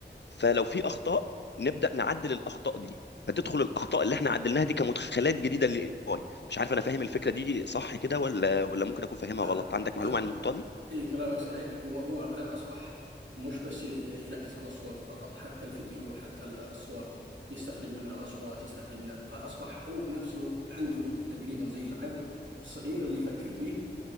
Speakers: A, on the left (about 70°); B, on the right (about 85°).
A: فلو في اخطاء نبدا نعدل الاخطاء دي فتدخل الاخطاء اللي احنا عدلناها دي كمدخلات جديده للاي اي مش عارف انا فاهم الفكره دي صح كده ولا ولا ممكن اكون فاهمها
B: لا
A: غلط عندك
B: لا
A: معلومه
B: لا
A: عن النقطه دي
B: اي كلامك صحيح هو هو الان اصبح مش بس ي- يركز على الصوت فقط حتى الفيديو حتى ال- الصور يستخرج منها الاصوات يستخرج منها فاصبح هو بنفسه عنده تقريبا زي العقل الصغير اللي يفكر فيه